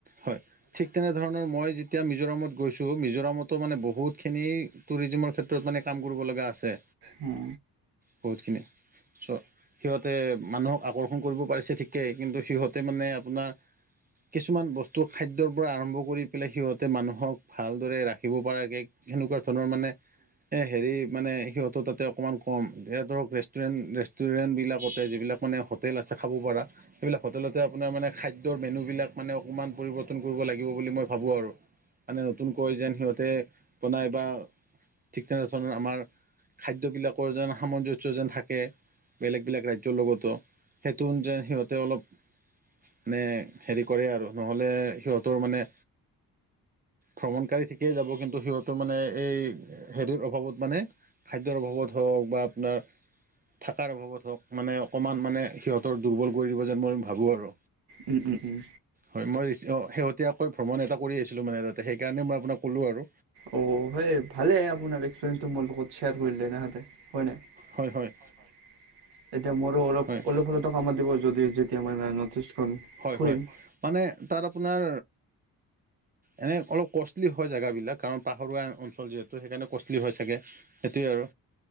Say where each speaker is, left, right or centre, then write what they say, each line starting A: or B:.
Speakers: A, on the right; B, on the right.
A: হয় ঠিক তেনেধৰণৰ মই যেতিয়া মিজোৰামত গৈছো মিজোৰামতো মানে বহুত খিনি টুৰিজিযামৰ ক্ষেত্ৰত মানে কাম কৰিব লগা আছে।
B: উম
A: বহুতখিনি চ সিহঁতে মানুহক আকৰ্ষণ কৰিব পাৰিছে ঠিকেই কিন্তু সিহঁতে মানে আপোনাৰ কিছুমান বস্তু খাদ্যৰ পৰা আৰম্ভ কৰি পেলাই সিহঁতে মানুহক ভালদৰে ৰাখিব পৰাকে সেনেকুৱা ধৰণৰ মানে এ হেৰি মানে সিহঁতৰ তাতে অকণমান কম এ ধৰক ৰেুষ্টুৰেণ্ট ৰেষ্টুৰেণ্ট বিলাকতে যিবিলাক মানে হোটেল আছে খাব পাৰা। সেইবিলাক হোটেলতে আপোনাৰ মানে খাদ্যৰ মেনু বিলাক মানে অকমান পৰিৱৰ্তন কৰিব লাগিব বুলি মই ভাবো আৰু মানে নতুনকৈ যেন সিহতে বনাই বা ঠিক তেনেৰচণৰ আমাৰ খাদ্যবিলাকৰ যেন সামঞ্জস্য যেন থাকে। বেলেগ বেলেগ ৰাজ্যত লগতো সেইটো যে সিহঁতে অলপ মানে হেৰি কৰে আৰু নহলে সিহঁতৰ মানে ভ্ৰমণকাৰী ঠিকেই যাব কিন্তু সিহঁতো মানে এই হেৰিৰ অভাৱত মানে খাদ্যৰ অভাৱত হওক বা আপোনাৰ থকাৰ অভাৱত হওক মানে অকণমান মানে সিহঁতৰ দুৰ্বল কৰি দিব যেন মই ভাবোঁ আৰু
B: উম উম উম
A: হয় মই অ শেহতীয়াকৈ ভ্ৰমণ এটা কৰি আছিলো মানে তাতে সেইকাৰণে মই আপোনাক কলো আৰু
B: অ সেই ভালে আপোনাৰ এক্সপেৰিস তো মোৰ লগত শ্বেয়াৰ কৰিলে তেহেতে হয় নাই,
A: হয় হয়
B: তেতিয়া মোৰো অলপ
A: হয়
B: অলপ অলপ হলো কামত দিব যদি যেতিয়া মই নৰ্থ ইষ্টখন
A: হয়
B: ফুৰিম।
A: হয় মানে তাত আপোনাৰ, এনে অলপ কষ্টলি হয় জেগাবিলাক। কাৰণ পাহৰুৱা অঞ্চল যিহেতু সেইকাৰণে কষ্টলি হয় চাগে সেইটোৱেই আৰু